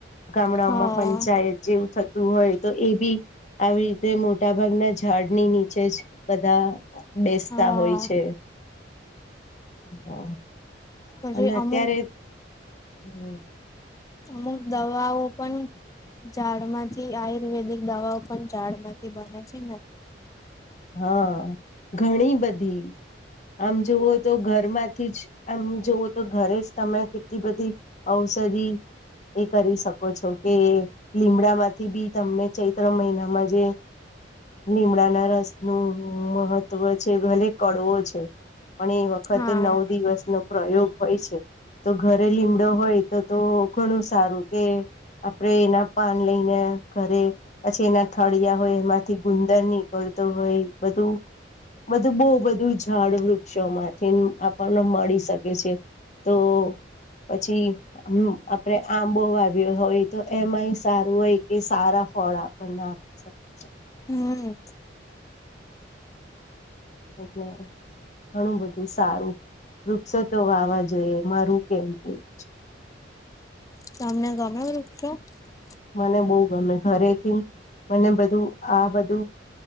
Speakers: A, on the left (about 40°); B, on the left (about 20°).
A: ગામડાઓમાં
B: હા
A: પંચાયત જેવું થતું હોય તો એ બી આવી રીતે મોટા ભાગના ઝાડની નીચે જ બધા બેસતા
B: હા
A: હોય છે હ
B: પછી
A: અને અત્યારે
B: અમુક
A: હમ
B: અમુક દવાઓ પણ ઝાડ માંથી આયુર્વેદિક દવાઓ પણ ઝાડમાંથી બને છે ને
A: હા ઘણી બધી આમ જોવો તો ઘરમાંથી જ એમ જોવું તો ઘરે જ તમે કેટલી બધી ઔષધિ એ કરી શકો છો કે લીમડામાંથી બી તમને ચૈત્ર મહિનામાં જે લીમડાના રસ નું મહત્વ છે ભલે કડવો છે પણ એ વખતે
B: હા.
A: નવ દિવસનો પ્રયોગ હોય છે તો ઘરે લીમડો હોય તો તો ઘણું સારું કે આપડે એના પાન લઈને ઘરે પછી એના થળિયા હોય એમાંથી ગુંદર નીકળતો હોય બધું બધું બહુ બધું ઝાડ વૃક્ષોમાંથી આપણને મળી શકે છે તો પછી હ આપડે આંબો વાવ્યો હોય તો એમાંય સારું હોય કે સારા ફળ આપણને શકે છે
B: હમ
A: ઓટ ઘણાં બધાં વૃક્ષો વાવવા જોઈએ, કારણ કે વૃક્ષો આપણા જીવન માટે ખૂબ જ જરૂરી છે. તેઓ શુદ્ધ હવા આપે છે, પર્યાવરણનું સંતુલન જાળવે છે અને આવનારી પેઢી માટે હરિયાળું ભવિષ્ય બનાવે છે.
B: હા, મને વૃક્ષો ખૂબ ગમે છે, કારણ કે વૃક્ષો આપણને શુદ્ધ હવા, છાંયો, ફળ અને સુંદર પર્યાવરણ આપે છે. તેથી આપણે વધુમાં વધુ વૃક્ષો વાવવા અને તેમની સંભાળ રાખવી જોઈએ.
A: મને વૃક્ષો ખૂબ ગમે છે. મને હરિયાળું વાતાવરણ, ફૂલ-છોડ અને કુદરત ખૂબ જ પસંદ છે. વૃક્ષો આપણને શુદ્ધ હવા, ઠંડક, ફળ અને છાંયો આપે છે. તેથી હું માનું છું કે દરેક વ્યક્તિએ વધુમાં વધુ વૃક્ષો વાવવા અને તેમની સંભાળ રાખવી જોઈએ.